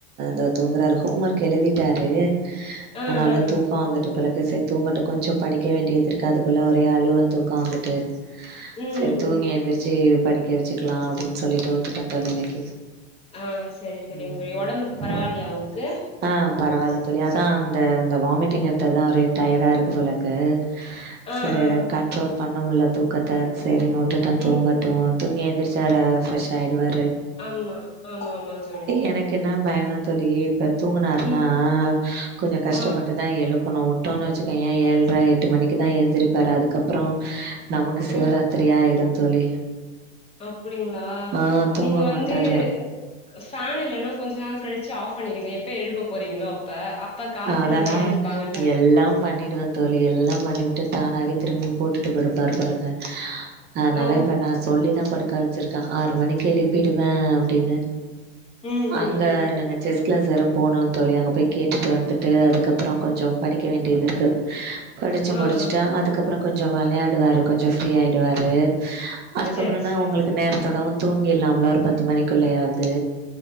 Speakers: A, on the right; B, on the left.
A: தோ தூங்குறாரு ஹோம்வொர்க் எழுதிட்டாரு
B: ஆ
A: அனால
B: ஆ ஆ
A: தூக்கம் வந்துட்டு இப்பளுக்கு செ தூங்கட்டும் கொஞ்சம் படிக்க வேண்டியது இருக்கு அதுக்குள்ள ஒரே அழுவ தூக்கம் வந்துட்டு
B: ம் ம்
A: செரி தூங்கி
B: ம்
A: எந்திரிச்சு படிக்க வச்சுக்கலா அப்டின்னு சொல்லிட்டு விட்டுட்டே தோழி இன்னைக்கு
B: ஆ சரி சரிங்க
A: ம்
B: தோழி ஒடம்பு இப்ப பரவாலியா உங்களுக்கு
A: ஆ பரவால தோழி அதா இந்த வாமிட்டிங் எடுத்ததுதா ஒரே டயர்டா இருக்கு போல இருக்கு
B: ஆ
A: சரி
B: ஆ
A: கண்ட்ரோல் பண்ண முல்ல தூக்கத்த சரின்னு வுட்டுட்டன்
B: ம்
A: தூங்கு அப்போ தூங்கி எழுந்திரிச்சாரா ஃப்ரெஷ் ஆயிடுவாரு
B: ஆமா ஆமா ஆமா தோழி
A: எனக்கு
B: ம்
A: என்ன பயனா தோழி இப்ப தூங்கினாருனா
B: ம்
A: கொஞ்சொ கஷ்டப்பட்டுதா
B: ஆ
A: எழுப்பணு வுட்டோன்னு வச்சுக்கோயே ஏழ்ர எட்டு மணிக்கு தா எந்திரிருப்பார் அதுக்கப்புற நமக்கு சிவராத்திரியா
B: ம்
A: ஆயிடும் தோழி
B: அப்டிங்களா
A: ஆ தூங்க
B: நீங்க வந்து
A: மாட்டாரு.
B: ஃபேன் இல்லைன்னா கொஞ்ச நேரம் கழிச்சு ஆப் பண்ணிருங்க எப்ப எழுப்ப போறீங்களோ அப் ப அப்ப காத்துல்லன்னா
A: அதெல்லா
B: ஏஞ்சுப்பாங்கல்ல
A: எல்லா பண்ணிடுவே தோழி எல்லா பண்ணிவுட்டு தானாவே திரும்பி போட்டுட்டு படுப்பாரு பாருங்க அனால
B: ஓ
A: இப்ப நா சொல்லிதா படுக்க வச்சிருக்கே ஆறு மணிக்கு எழுப்பிடுவே அப்டின்னு
B: ம் ம்
A: அந்த
B: ம்
A: நாங்க செஸ் கிளாஸ் வேற போணு தோழி அங்க போய் கேட்டு டு வந்துட்டு அதுக்கப்புற கொஞ்ச படிக்க வேண்டியது இருக்கு படிச்சு
B: ஆ ஆ
A: முடிச்சுட்டா அதுக்கப் அப்புற கொஞ்ச வெளையாடுவாரு கொஞ்ச ஃப்ரீ ஆயிடுவாரு அதுக்கப்புறனா
B: சரி சரி
A: உங்களுக்கு நேரத்தோடவு தூங்கிலாம்ல ஒரு பத்து மணிக்குள்ளேயாவது